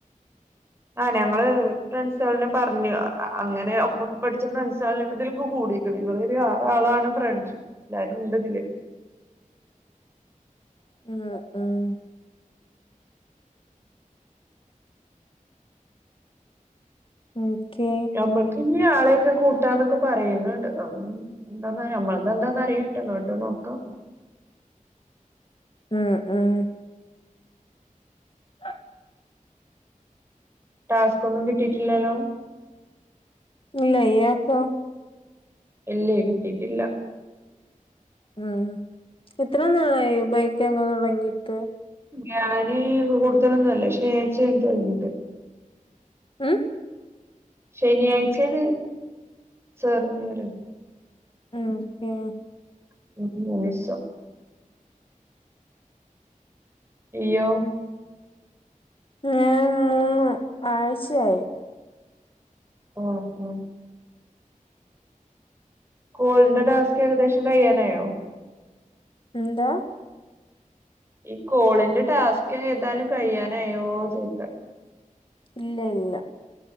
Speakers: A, on the right; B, on the left.
A: ആഹ് ഞങ്ങള് ഫ്രണ്ട്സാള്ന്നെ പറഞ്ഞു ആഹ് അങ്ങനെ ഒപ്പം പഠിച്ച ഫ്രെണ്ട്സാളന്നെ ഇപ്പം ഇതില്ക്ക് കൂടി <unintelligible> ഒരു ആറാ ആളാണ് ഫ്രണ്ട്സ് എല്ലാരുണ്ട് ഇതില്
B: ഉം ആഹ് ഓക്കേ
A: ഇവട്ക്കിഞ്ഞ് ആളെയൊക്കെ കൂട്ടാന്നൊക്കെ പറയ്ന്ന്ണ്ട് ആഹ് ഉം എന്താന്ന ഞമ്മള്തെന്താന്നാ അറിയട്ടെ എന്ന്ട്ട് നോക്കാ
B: ആഹ് ആഹ് ആ
A: ടാസ്കൊന്നും കിട്ടിയിട്ടില്ലല്ലോ
B: ഇല്ല ഇയാൾക്കോ
A: ഇല്ലേ കിട്ടിട്ടില്ല
B: ഉം എത്ര നാളായി ബൈക്ക് <unintelligible> തുടങ്ങിയിട്ട്
A: ഞാന് കൂടുതലൊന്നും അല്ലക്ഷേ <unintelligible>
B: ഏഹ്
A: ശനിയാഴ്ചയില് ചേർന്ന് വര
B: <unintelligible>
A: <unintelligible> ഇയ്യോ
B: ഞാൻ മൂന്ന് ആഴ്ചയായി
A: ഉം ഉം കോൾടെ ഡാസ്ക്ക് ഏകദേശം കഴ്യാനായോ
B: എന്താ
A: ഈ കോളിന്റെ ടാസ്ക് ചെയ്താലും കഴിയാനായ്യോ ചോയ്ക്ക
B: ഇല്ല ഇല്ല